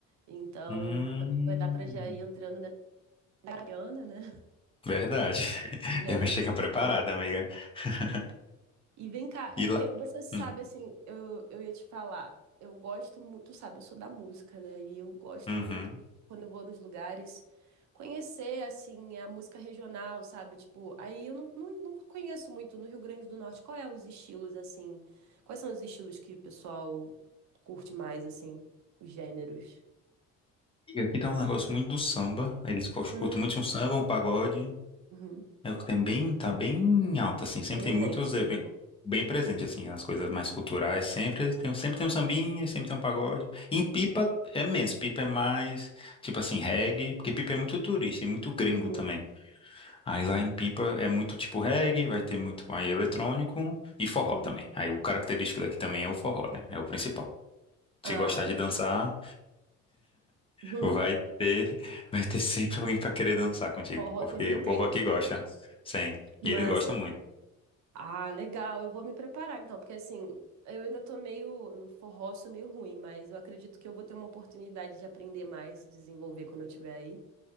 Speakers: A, on the right; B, on the left.
A: Então,
B: Hum.
A: também vai dar para já ir entrando na Mariana, né?
B: Verdade.
A: <laughs>
B: <laughs>
A: Já
B: Já
A: ir
B: vai chegar
A: curtindo.
B: preparada, amiga. <laughs>
A: E vem cá,
B: E
A: é porque
B: lá.
A: você sabe,
B: Hum,
A: assim, eu, eu ia te falar, eu gosto muito, tu sabe, eu sou da música, né? E eu gosto
B: Uhum.
A: muito, quando eu vou nos lugares, conhecer, assim, a música regional, sabe? Tipo, aí eu não, não, não conheço muito no Rio Grande do Norte. Qual é os estilos, assim? Quais são os estilos que o pessoal curte mais, assim? Os gêneros?
B: E aqui tá um negócio muito do samba. Eles gostam-
A: Hum,
B: curtem muito um samba, um pagode.
A: Uhum.
B: É o que tem bem, tá bem alto, assim. Sempre
A: Presente,
B: tem muitos eventos
A: né?
B: bem presente, assim, as coisas mais culturais. Sempre tem, sempre tem um sambinha, sempre tem um pagode. E em Pipa é menos. Pipa é mais, tipo assim, reggae, porque Pipa é muito turista e muito gringo
A: Uhum.
B: também. Aí lá em Pipa é muito tipo reggae, vai ter muito aí eletrônico e forró
A: Uhum.
B: também. Aí o característico daqui também é o forró, né? É o principal.
A: Ah,
B: Se gostar de dançar,
A: <laughs>
B: vai ter, <laughs> vai ter sempre alguém para querer dançar contigo,
A: forró
B: porque
A: sempre
B: o
A: tem,
B: povo
A: né?
B: aqui gosta. Sim.
A: Mas
B: E eles gostam muito.
A: Ah, legal. Eu vou me preparar então, porque assim, eu ainda tô meio no forró, sou meio ruim, mas eu acredito que eu vou ter uma oportunidade de aprender mais, desenvolver quando eu estiver aí.